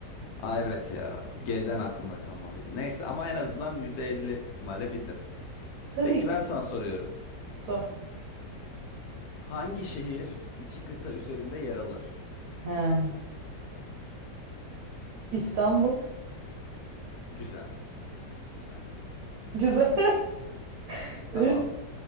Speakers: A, on the left; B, on the right.
A: Aa, evet ya. G'den aklımda kalmalıydı. Neyse ama en azından %50 ihtimalle bildim.
B: Tabii
A: Peki ben
B: ki.
A: sana soruyorum.
B: Sor.
A: Hangi şehir iki kıta üzerinde yer alır?
B: He. İstanbul.
A: Güzel, güzel.
B: Güzel. <laughs> Evet,
A: Tamam.